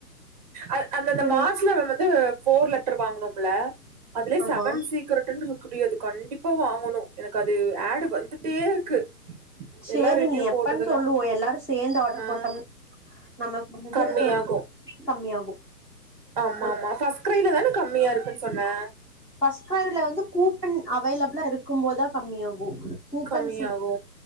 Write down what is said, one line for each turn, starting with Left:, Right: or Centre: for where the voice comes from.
Right: அந் அந்தந்த
Centre: எது
Right: மார்சல நம்ம வந்து ஃபோர் லெட்டர் வாங்கனும் பிலே அதுலே
Centre: ஆமா
Right: செவன் சீக் கரெக்ட் டிரண்ட்லுக்குரியது அது கண்டிப்பா வாங்கணு எனக்கு அது ஆட் டு வந்துட்டே இருக்கு
Centre: சேரி
Right: எல்லா ரிவ்யூ
Centre: நீ எப்பன்னு
Right: போட்டதெல்லா
Centre: சொல்லுவோ எல்லாரு சேர்ந்து ஆர்டர்
Right: ஆ
Centre: போட்டோம் நமக்கு வந்து
Right: கம்மியாகு
Centre: கம்மியாகு
Right: ஆமா
Centre: ஒரு
Right: ஆமா ஃபர்ஸ்ட் க்ரைல தான கம்மியா இருக்குன்னு சொன்ன
Centre: ஃபர்ஸ்ட் கிரைல வந்து கூப்பன் அவைலபிளா இருக்குபோதா கம்மியாகு கூப்பன்
Right: கம்மியாகு
Centre: சீல்